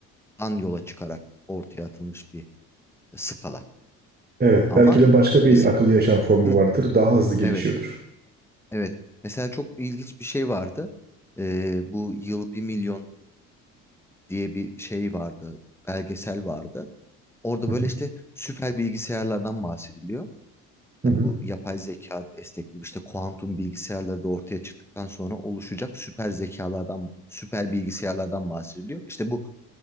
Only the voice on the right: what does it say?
Evet.
Belki de başka bir
akıllı yaşam formu
vardır. Daha hızlı gelişiyordur.
Hı
hı.
Hı
hı.